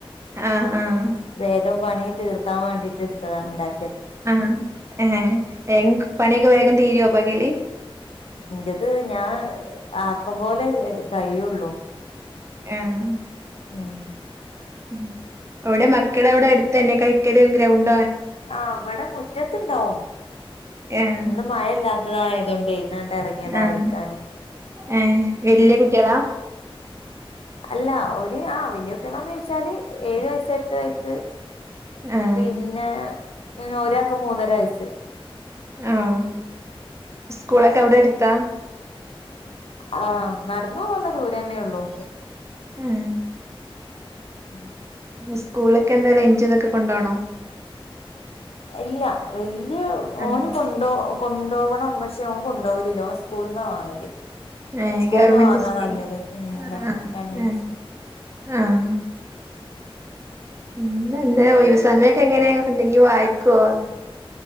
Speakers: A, on the right (about 30°); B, on the left (about 80°).
A: ആഹ് ആഹ്
B: വേഗം പണി തീർക്കാൻ വേണ്ടി ടുത്തത് ഉണ്ടാ
A: ആ ഏഹ് <unintelligible> പണിയൊക്കെ വേഗം തീരോ. പകലെ
B: എൻ്റെത് ഞാൻ അകം പോലെ കഴിയുള്ളൂ.
A: ആഹ്
B: ഉം
A: ഉം എവ്ടെ മക്കളവിടെ എടുത്തെന്നെ കളികല് ഗ്രൗണ്ട്
B: ആ വെടെ മുറ്റത്ത്ണ്ടാഉ
A: ആഹ്
B: ഇന്ന് മഴല്ലാത്തതായതോണ്ട് ഇന്നണ്ട് ഇറങ്ങിയതാ
A: ആഹ്
B: കളിക്കാന്
A: ഏഹ് വല്യ കുട്ടികളാ
B: അല്ല ഒര് ആ വല്യയ കുട്ടിളാന്നോയ്ച്ചാല് ഏഴു വയസ്സ് എട്ട് വയസ്സ്
A: ആഹ്
B: പിന്നെ ഉം ഒരാൾക്ക് മൂന്നര വയസ്
A: ആഹ് സ്കൂളൊക്കെ അവിടെ എട് ത്താ
B: ആഹ് നടന്ന് പൊവനുള്ള ദൂരന്നെ ഉള്ളു.
A: ഹിം.
B: ഉം.
A: സ്കൂളിലൊക്കെ എന്താ ലഞ്ച് ഇതൊക്കെ കൊണ്ടോണോ?
B: ഇല്ല വല്യ
A: ആഹ്
B: ഓന് കൊണ്ടോ കൊണ്ടോവണം പക്ഷെ ഓൻ കൊണ്ടോവലില്ല ഓൻ സ്കൂളിന്നാ വാങ്ങല്.
A: ഏഹ്
B: സ്കൂളിൽന്ന്
A: ഗവർമെന്റ്
B: വാങ്ങാ
A: സ്കൂളാ
B: നല്ലത് ഉം
A: ആഹ്
B: ഗവൺമെന്റ്
A: എഹ് ആഹ്. പിന്നെ എന്താ ഒഴിവ് സമയൊക്കെ എങ്ങനെ എന്തെങ്കി വായിക്കുവോ?